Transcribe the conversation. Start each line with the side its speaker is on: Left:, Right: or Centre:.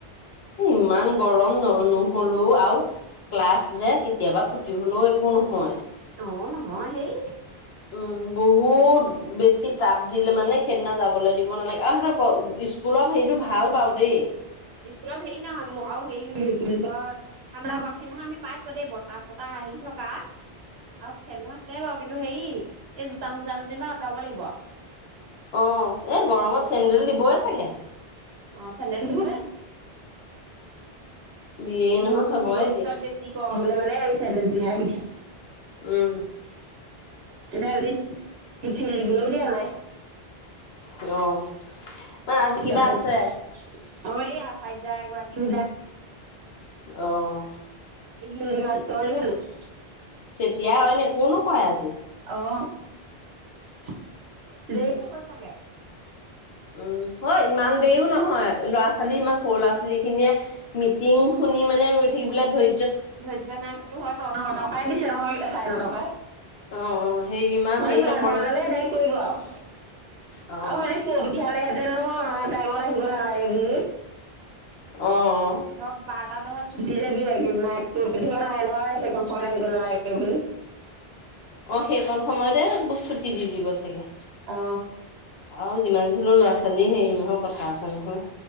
Left: ইমান গৰম ন নহলো আও ক্লাছ যে কেতিয়াবা খ তি হ'লেও একো নহয়।
Right: অ নহয় হেই।
Left: উম বহুত বেছি তাপ দিলে মানে সেইদিনা যাবলে দিব নালাগে, অহ সিহঁত স্কুলৰ হেৰিতটো ভাল বাও দেই।
Right: স্কুলৰ হেৰি নহয় আৰু হেৰি কি কিয় ঠাণ্ডা পাত সেইদিনাখন আমি পাইছোঁ দেই বতাহ চতাহ আহি থকা। আৰু ফেনো আছে বাও। কিন্তু হেৰি, এই জোতা মোজা যেনিবা আঁতৰাব লাগিব আও।
Left: অ এই গৰমত চেডেল দিবই চাগে?
Right: অ চেডেল <unintelligible>
Left: দিয়েই
Right: দিলো
Left: নহয়
Right: নিদিলেও
Left: চবৰে
Right: পিছত
Left: দিয়ে
Right: বেছি গৰম গলে মেনে হেৰি চেডেল পিধাই পঠিয়াম।
Left: উম।
Right: তেতিয়া আজি টিফিল দিবলেও দিয়া নাই ।
Left: অ। মানে আজি কিবা
Right: তাকে
Left: আছে
Right: <inaudible> অ এই আচাইযা এগৰাকী <inaudible>
Left: আহ।
Right: <unintelligible>
Left: তেতিয়াই হয় ন কোনো কয় আজি।
Right: <unintelligible>
Left: উম। হয় ইমান দেৰিও নহয়। ল'ৰা ছোৱালী ইমা সৰু ল'ৰা ছোৱালী খিনিয়ে মিটিং শুনি মানে ৰৈ থাকিবলে ধৈ
Right: ধৈৰ্য্য নাই সেইটো হয় বাও ন নটাৰ পৰাই দিছে নহয় চাই নটা বাহ
Left: অ অ সেই ইমান
Right: মানে
Left: হেৰি
Right: বাৰটা
Left: নকৰে
Right: বজালৈ এদায় কৰিব আও আৰু
Left: অ',
Right: মানে কৈ পঠিয়ালেহেতে তে নহয় আমাৰ টাইমত আহিব নালাগে বুলি।
Left: অ', অ',
Right: ধৰক বাৰটা দহত ছুটি যে দিয়ে ন পথিৱা নাই নহয় সেইখন সময় আহিব নালাগে বুলি
Left: অ সেইকণ সময়তে ছুটি দি দিব চাগে
Right: অ
Left: আও যিমান যি হলো ল'ৰা ছোৱালী হেৰি নহক কথা আছে নহয়